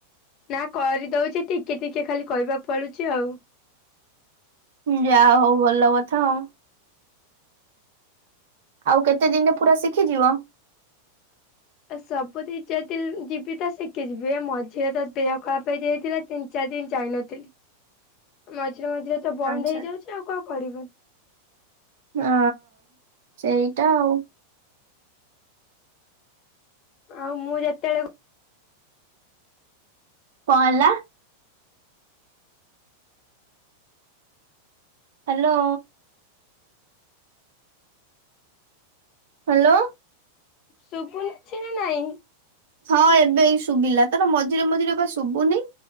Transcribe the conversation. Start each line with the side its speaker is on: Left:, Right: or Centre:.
Left: ନା କରିଦଉଛି ଟିକେ ଟିକେ ଖାଲି କହିବାକୁ ପଡୁଛି ଆଉ
Right: ଯାହା ହଉ ଭଲ କଥା ଆଉ ଆଉ କେତେ ଦିନିରେ ପୁରା ଶିଖିଯିବ
Left: ସବୁ ଦି ଚାରି ଦିନ ଯିବି ତ ଶିଖି ଯିବି ମଝିରେ ତ ଦେହ ଖରାପ ହେଇଯାଇଥିଲା ତିନି ଚାରି ଦିନ ଯାଇନଥିଲି ମଝିରେ ମଝିରେ ତ ବନ୍ଦ
Right: ଆଚ୍ଛା
Left: ହେଇଯାଉଛି ଆଉ କଣ କଡିବି
Right: ଓ ହ ସେଇଟା ଆଉ
Left: ଆଉ ମୁଁ ଯେତେବେଳେ
Right: କଣ ହେଲା ହାଲୋ ହାଲୋ
Left: ଶୁଭୁଛି ନା ନାଇଁ
Right: ହଁ ଏବେ ଶୁଭିଲା ତାର ମଝିରେ ମଝିରେ ବା ଶୁଭୁନି